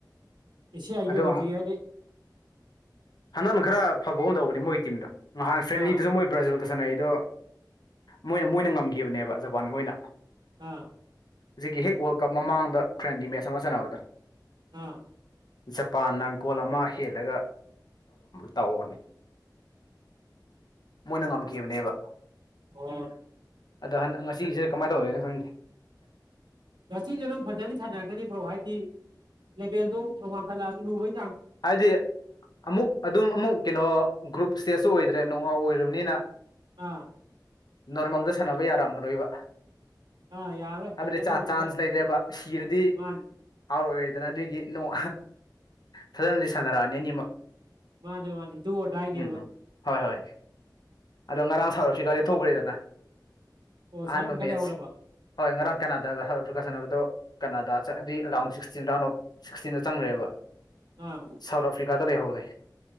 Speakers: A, on the right; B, on the left.
A: ꯑꯦꯁꯤꯌꯥꯒꯤ
B: ꯑꯗꯣ
A: ꯑ‌ꯣꯏꯅꯗꯤ ꯍꯥꯏꯗꯤ
B: ꯍꯟꯗꯛꯅ ꯈꯔ ꯐꯕꯒ ꯇꯧꯕꯅꯦ ꯃꯣꯏ ꯇꯤꯝꯗꯣ ꯅꯍꯥꯟ ꯐ꯭ꯔꯦꯟꯂꯤꯗꯨꯁꯨ
A: ꯑꯥ
B: ꯃꯣꯏ ꯕ꯭ꯔꯥꯖꯤꯜꯒ ꯁꯥꯟꯅꯩ ꯑꯗꯣ ꯃꯣꯏꯅ ꯃꯣꯏꯅ ꯉꯝꯈꯤꯕꯅꯦꯕ ꯖꯄꯥꯟ ꯈꯣꯏꯅ
A: ꯑꯥ
B: ꯍꯧꯖꯤꯛꯀꯤ ꯍꯦꯛ ꯋꯥꯔꯜ ꯀꯞ ꯃꯃꯥꯡꯗ ꯐ꯭ꯔꯦꯟꯗꯤ ꯃꯦꯠꯆ ꯑꯃ ꯆꯠꯅꯕꯗ
A: ꯑꯥ
B: ꯖꯄꯥꯟꯅ ꯒꯣꯜ ꯑꯃ ꯍꯦꯜꯂꯒ ꯇꯧꯕꯅꯦ ꯃꯣꯏꯅ ꯉꯝꯈꯤꯕꯅꯦꯕ
A: ꯑꯣ
B: ꯑꯗꯣ ꯍꯟꯗꯛ ꯉꯁꯤꯒꯤꯁꯤꯗ ꯀꯃꯥꯏꯅ ꯇꯧꯗ‌ꯣꯏꯅꯣ ꯈꯪꯗꯦ
A: ꯉꯁꯤꯁꯨ ꯑꯗꯨꯝ ꯐꯖꯅ ꯁꯥꯟꯅꯔꯛꯀꯅꯤꯕ꯭ꯔꯣ ꯍꯥꯏꯗꯤ ꯂꯦꯕꯦꯜꯗꯣ ꯋꯥꯡꯈꯠꯂ ꯂꯨꯕꯩ
B: ꯍꯥꯏꯗꯤ ꯑꯃꯨꯛ ꯑꯗꯨꯝ ꯑꯃꯨꯛ ꯀꯩꯅꯣ ꯒ꯭ꯔꯨꯞ ꯏꯁꯇꯦꯖꯁꯨ ꯑꯣꯏꯗ꯭ꯔꯦ ꯅꯅꯨꯡꯉꯥꯎ ꯑꯣꯏꯔꯕꯅꯤꯅ
A: ꯑꯥ
B: ꯅꯣꯔꯃꯦꯜꯗ ꯁꯥꯟꯅꯕ ꯌꯥꯔꯝꯃꯔꯣꯏꯕ
A: ꯑꯥ ꯌꯥꯔꯔꯣꯏ
B: ꯍꯥꯏꯕꯗꯤ
A: ꯐꯖꯅ
B: ꯆꯥ
A: ꯑꯗꯨꯝ
B: ꯆꯥꯟꯁ
A: ꯈꯔ
B: ꯂꯩꯔꯦꯕ ꯁꯤꯔꯗꯤ
A: ꯃꯥꯅꯦ
B: ꯑꯥꯎꯔ ꯑꯣꯏꯔꯦꯗꯅ ꯑꯗꯨꯏꯒꯤ ꯅꯣꯡ ꯐꯖꯅꯗꯤ ꯁꯥꯟꯅꯔꯛꯑꯅꯤ ꯑꯅꯤꯃꯛ
A: ꯃꯥꯅꯦ ꯃꯥꯅꯦ ꯗꯨ ꯑꯣꯔ ꯗꯥꯏꯅꯦꯕ
B: ꯎꯝ ꯎꯝ ꯍꯣꯏ ꯍꯣꯏ ꯑꯗꯣ ꯉꯔꯥꯡ ꯁꯥꯎꯠ ꯑꯐ꯭ꯔꯤꯀꯥꯗ ꯊꯣꯛꯈ꯭ꯔꯦꯗꯅ
A: ꯑꯣ
B: ꯑꯍꯥꯟꯕ
A: ꯁꯥꯔꯣꯕꯤ ꯈ
B: ꯃꯦꯠꯁ
A: ꯂꯩ ꯍꯧꯔꯕꯣ
B: ꯍꯣꯏ ꯉꯔꯥꯡ ꯀꯅꯥꯗꯒ ꯈ ꯁꯥꯟꯅꯕꯗꯣ ꯀꯅꯥꯗ ꯆꯠꯂꯗꯤ ꯑꯔꯥꯎꯟ ꯁꯤꯛꯁꯇꯤꯟ ꯔꯥꯎꯟ ꯑꯣꯐ ꯁꯤꯛꯁꯇꯤꯟꯗ ꯆꯪꯈ꯭ꯔꯦꯕ
A: ꯑꯥ
B: ꯁꯥꯎꯠ ꯑꯐ꯭ꯔꯤꯀꯥꯗ ꯂꯩꯍꯧꯔꯦ